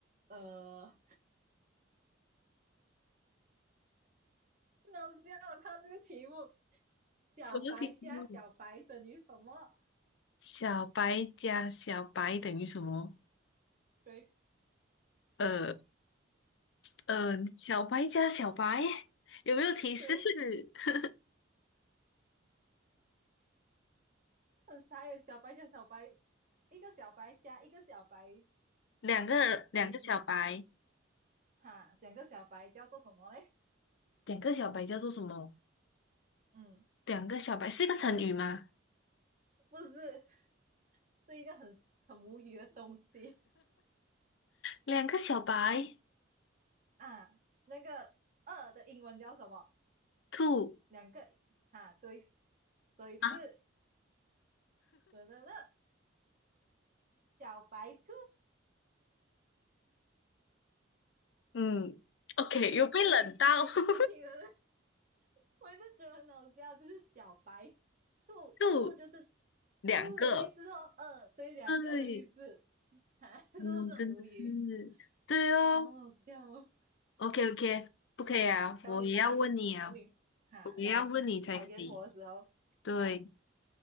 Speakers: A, on the right (about 40°); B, on the left (about 60°).
A: 呃，那我这样我看这个题目，小白加小白等于什么？
B: 什么题目？小白加小白等于什么？
A: 对
B: 呃呃，小白加小白有没有提示？
A: 对，
B: <laughs>
A: <laughs> 很傻耶。小白加小白，一个小白加一个小白
B: 两个两个小白。
A: 等于几？哈，两个小白叫做什么嘞？
B: 两个小白叫做什么？
A: 嗯，
B: 两个小白是一个成语吗？
A: 不是，是一个很很无语的东西
B: 两个小白
A: 啊。那个二的英文叫什么？
B: 兔
A: 两个哈，对。所以是
B: 啊，
A: 等等等小白兔，
B: 嗯？OK，
A: 你你你你你你听了，
B: 又被冷到 <laughs>，
A: <laughs> 我就觉得很好笑，就是小白兔，
B: w o
A: 兔就是
B: 两个，
A: 兔的意思哦，二对两个的意思，
B: 对，
A: 哈，就是不是很无语？
B: 哟，真的是对哦。
A: 哦，好好笑哦，
B: OK OK，不可以啊，
A: 找你找你找你，
B: 我也要问你啊，
A: 哈，
B: 我也要问你才可以。
A: 来考验我的时候，
B: 对，
A: 来，